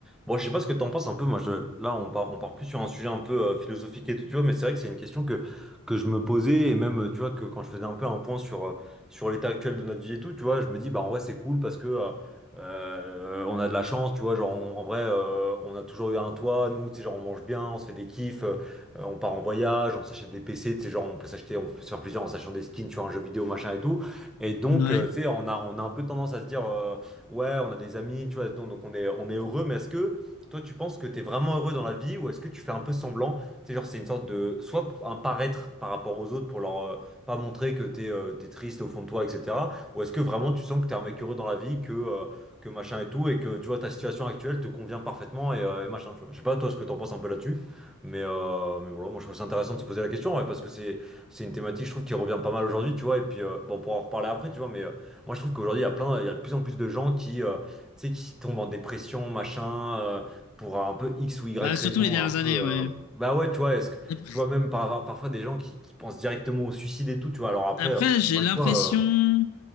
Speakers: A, in the centre; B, on the left.
A: Bon, je sais pas ce que t'en penses un peu. Moi, je, là, on part, on part plus sur un sujet un peu euh, philosophique et tout, tu vois. Mais c'est vrai que c'est une question que, que je me posais et même, euh, tu vois, que quand je faisais un peu un point sur, euh, sur l'état actuel de notre vie et tout, tu vois, je me dis, bah, en vrai, c'est cool parce que euh, euh, on a de la chance, tu vois. Genre, on- en vrai, euh, on a toujours eu un toit. Nous, tu sais, genre, on mange bien, on se fait des kiffs, euh, euh, on part en voyage, on s'achète des PC, tu sais, genre, on peut s'acheter, on peut se faire plaisir en s'achetant des skins, tu vois, un jeu vidéo, machin et tout. Et donc,
B: Ouais.
A: euh, tu sais, on a, on a un peu tendance à se dire, euh, ouais, on a des amis, tu vois, donc, donc on est, on est heureux. Mais est-ce que toi, tu penses que tu es vraiment heureux dans la vie ou est-ce que tu fais un peu semblant? Tu sais, genre, c'est une sorte de. Soit un paraître par rapport aux autres pour leur euh, pas montrer que t'es euh, t'es triste au fond de toi, etc. Ou est-ce que vraiment tu sens que t'es un mec heureux dans la vie, que, euh, que machin et tout, et que tu vois ta situation actuelle te convient parfaitement et, euh, et machin, tu vois. Je sais pas toi ce que t'en penses un peu là-dessus, mais, euh, mais voilà, moi je trouve ça intéressant de se poser la question ouais, parce que c'est c'est une thématique, je trouve, qui revient pas mal aujourd'hui, tu vois. Et puis, euh, bon, pour en reparler après, tu vois, mais euh, moi je trouve qu'aujourd'hui il y a plein, il y a de plus en plus de gens qui. euh, tu sais, qui tombent en dépression, machin, euh, pour un peu X ou Y
B: Bah,
A: raison,
B: surtout les dernières
A: un peu.
B: années, ouais.
A: euh, Bah ouais, tu vois, est-ce que
B: Après,
A: tu vois même par, parfois des gens qui, qui pensent directement au suicide et tout, tu vois. Alors après,
B: après,
A: euh,
B: j'ai
A: encore une
B: l'impression
A: fois. euh,